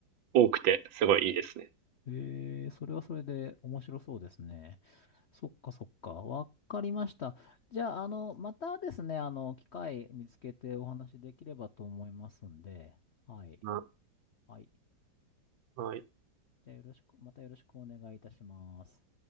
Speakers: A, on the right; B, on the left.
A: 多くてすごいいいですね。
B: えー、それはそれで面白そうですね。そっかそっか。わかりました。じゃあ、あの、またですね、あの、機会見つけてお話できればと思いますんで。はい。
A: な
B: はい。
A: はい。
B: じゃあ、よろしく、またよろしくお願いいたします。